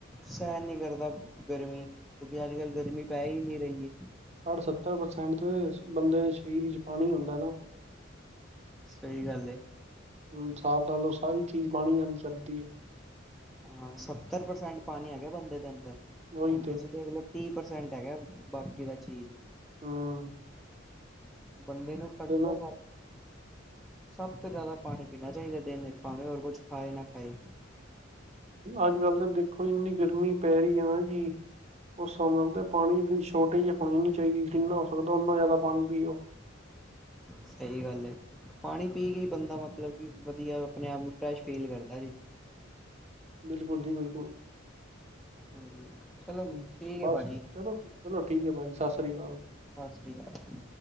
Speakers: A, in the centre; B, on the right (about 35°).
A: ਸਹਿਣ ਨਹੀਂ ਕਰਦਾ ਗਰਮੀ ਕਿਉਂਕਿ ਅੱਜ ਕੱਲ ਗਰਮੀ ਪੈ ਹੀ ਇੰਨੀ ਰਹੀ ਹੈ
B: ਸੱਠ ਸੱਤਰ ਪਰਸੈਂਟ ਤੇ ਬੰਦੇ ਦੇ ਸਰੀਰ ਵਿੱਚ ਪਾਣੀ ਹੁੰਦਾ ਹੈ।
A: ਸਹੀ ਗੱਲ ਏ-
B: ਹੁਨ ਸਾਬ ਲਾ ਲਓ ਸਾਰੀ ਚੀਜ਼ ਪਾਣੀ ਨਾਲ ਚੱਲਦੀ
A: ਹਾਂ ਸੱਤਰ ਪਰਸੈਂਟ ਪਾਣੀ ਹੈਗਾ ਬੰਦੇ ਦੇ ਅੰਦਰ
B: ਉਹੀ
A: ਹੁਣ
B: ਤੇ
A: ਤੁਸੀਂ ਦੇਖ ਲਓ ਤੀਹ ਪ੍ਰਸੈਂਟ ਹੈਗਾ ਬਾਕੀ ਦਾ ਚੀਜ਼
B: ਹਾਂ-
A: ਬੰਦੇ ਨੂੰ ਘੱਟ ਤੋਂ
B: ਨਾ
A: ਘੱਟ ਸਭ ਤੋਂ ਜ਼ਿਆਦਾ ਪਾਣੀ ਪੀਣਾ ਚਾਹੀਦਾ ਦਿਨ ਵਿਚ, ਭਾਵੇਂ ਹੋਰ ਕੁਝ ਖਾਏ ਨਾ ਖਾਏ
B: ਅੱਜ ਕੱਲ ਤਾਂ ਦੇਖੋ ਇੰਨੀ ਗਰਮੀ ਪੈ ਰਹੀ ਹੈ ਨਾ ਜੀ- ਉਹ ਹਿਸਾਬ ਨਾਲ ਤੇ ਪਾਣੀ ਦੀ ਸ਼ੋਰਟੇਜ ਹੋਣੀ ਨੀ ਚਾਹੀਦੀ, ਜਿੰਨਾ ਹੋ ਸਕਦਾ ਉਓਨਾ ਜ਼ਿਆਦਾ ਪਾਣੀ ਪੀਓ।
A: ਸਹੀ ਗੱਲ ਏ ਪਾਣੀ ਪੀ ਕੇ ਬੰਦਾ ਮਤਲਬ ਕਿ ਵਧੀਆ ਆਪਣੇ ਆਪ ਨੂੰ ਫਰੈਸ਼ ਫੀਲ ਕਰਦਾ ਜੀ
B: ਬਿਲਕੁਲ ਜੀ ਬਿਲਕੁਲ
A: ਹਾਂ, ਚਲੋ
B: ਹਮ,
A: ਠੀਕ
B: ਬਸ
A: ਹੈ ਭਾਜੀ-
B: ਚਲੋ ਚਲੋ, ਠੀਕ ਆ ਭਾਜੀ ਸਤਿ ਸ੍ਰੀ ਅਕਾਲ।
A: ਸਤਿ ਸ਼੍ਰੀ ਅਕਾਲ-